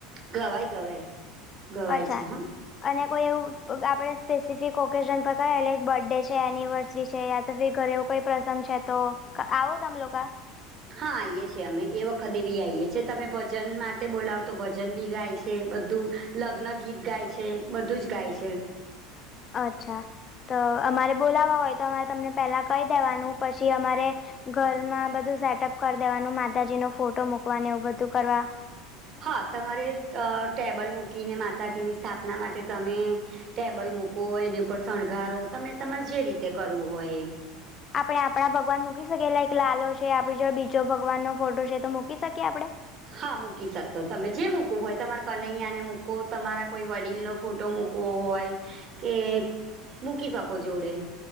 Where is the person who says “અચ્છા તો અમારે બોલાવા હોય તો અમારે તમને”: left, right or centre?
Left